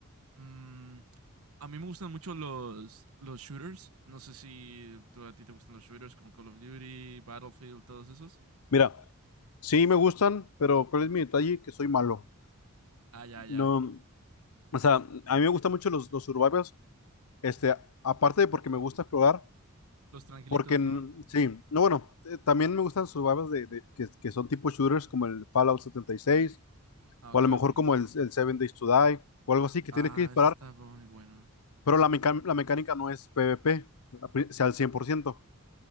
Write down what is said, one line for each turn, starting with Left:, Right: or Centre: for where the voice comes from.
Right: Mm, a mí me gustan mucho los, los shooters. No sé si tú, a ti te gustan los shooters como Call of Duty, Battlefield, todos esos.
Left: Mira, sí me gustan, pero ¿cuál es mi detalle? Que soy malo.
Right: Ah, ya, ya.
Left: No. O sea, a mí me gustan mucho los, los survivals, este, aparte de porque me gusta explorar,
Right: Los tranquilitos,
Left: porque mm,
Right: ¿no?
Left: sí, no, bueno, eh, también me gustan survivals de, de- que, que son tipo shooters como el Fallout setenta y seis
Right: Ah,
Left: o
Right: ok,
Left: a lo mejor
Right: ok.
Left: como el, el Seven Days to Die, o algo así, que
Right: Ah,
Left: tienes que disparar,
Right: ese está muy bueno.
Left: pero la, meca- la mecánica no es PvP, a pri- o sea, al 100%,